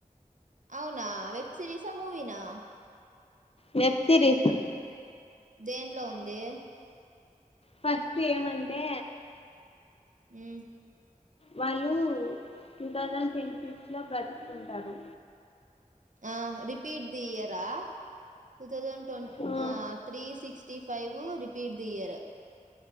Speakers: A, on the right (about 65°); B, on the left (about 45°).
A: అవునా వెబ్ సిరీస్ ఆ మూవీనా
B: వెబ్ సిరీస్
A: దేంట్లో ఉంది
B: ఫస్ట్ ఏమంటే
A: ఉ
B: వాళ్ళు టూ థౌజండ్ సెంచురీస్ లో బతుకుతుంటారు.
A: ఆ రిపీట్ ది ఇయరా two thousand twenty
B: um
A: three sixty five నువు రిపీట్ దియ్యరు